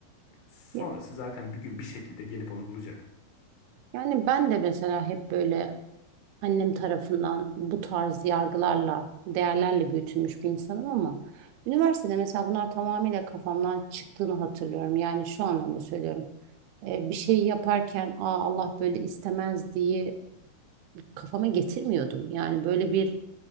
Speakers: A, on the left; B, on the right.
A: Sonrası
B: Ya-
A: zaten bir gün bir şekilde gelip onu bulacak.
B: Yani ben de mesela hep böyle annem tarafından bu tarz yargılarla, değerlerle büyütülmüş bir insanım ama üniversitede mesela bunlar tamamıyla kafamdan çıktığını hatırlıyorum. Yani şu anlamda söylüyorum. Ee, bir şeyi yaparken Aa, Allah böyle istemez diye kafama getirmiyordum. Yani böyle bir